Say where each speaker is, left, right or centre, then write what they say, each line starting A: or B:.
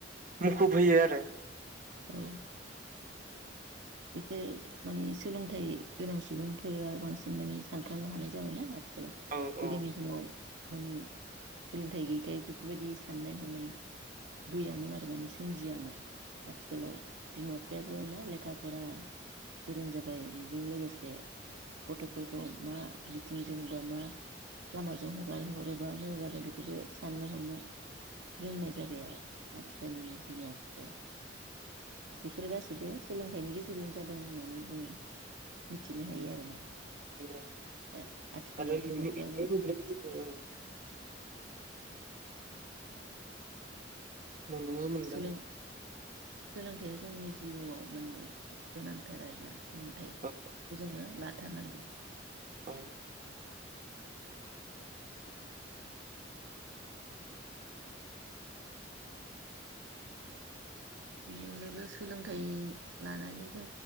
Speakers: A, on the right; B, on the right.
A: मुखुब होयो आरो
B: औ बेफोर माने सोलोंथाइ गोनां सुबुंफोरा बांसिन माने सानखांनो हानाय जाबायना आ
A: औ
B: गोदोनि
A: औ
B: समाव माने सोलोंथाइ गैयैखाय बेफोरबायदि साननाय हनाय गैयामोन आरो माने सोमजियामोन आथिखालाव बिमा बिफायाबो ना लेखा फोरा गोरों जाबाय बेजों लोगोसे गथ'फोरखौ मा बिथिंजों बा मा लामाजों हगार हरोबा मोजां जागोन बेखौबो साननो हरनो रोंनाय जाबाय आरो आथिखालनि बिमा बिफाया बेफोर गासैबो थाइनि गेजेरजों जादों होननानै जों मिथिनो हायो आरोना।
A: <unintelligible>
B: दा आथिखालाव
A: आरो <unintelligible>
B: बिमा बिफायाबो
A: नुनोबो मोनदों
B: सोलों सोलोंथाइया जोंनि जिउआव माने गोनांथार आरोना सोलोंथाइखौ
A: औ
B: जोङो लाथारनांगौ
A: औ
B: <unintelligible> बिनि अनगायैबो सोलों थाइ लानानै जों